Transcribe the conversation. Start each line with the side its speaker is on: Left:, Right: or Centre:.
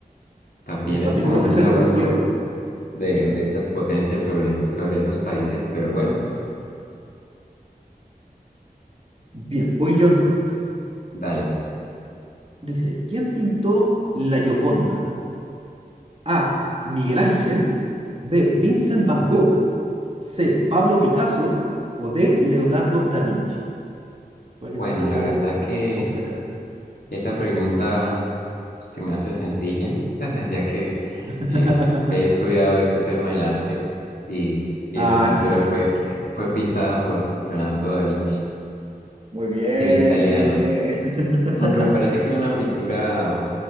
Left: también
Right: sí, básicamente
Left: es como un
Right: se
Left: abuso
Right: repartieron.
Left: de,
Right: Claro.
Left: de esas potencias sobre, sobre esos países. Pero bueno,
Right: Bien, voy yo entonces.
Left: dale.
Right: Dice, ¿quién pintó la Gioconda? A. Miguel Ángel. B. Vincent Van Gogh. C. Pablo Picasso o D. Leonardo da Vinci. Puede que
Left: Bueno,
Right: esté un poco
Left: la verdad que
Right: compleja.
Left: esa pregunta Se me hace sencilla, <laughs> ya que
Right: <laughs>
Left: eh, he estudiado este tema del arte y, y
Right: Ah,
Left: esa pintura
Right: excelente.
Left: fue, fue pintada por Leonardo da Vinci,
Right: Muy bien,
Left: el italiano.
Right: muy bien. <laughs>
Left: Aunque me parece que es una pintura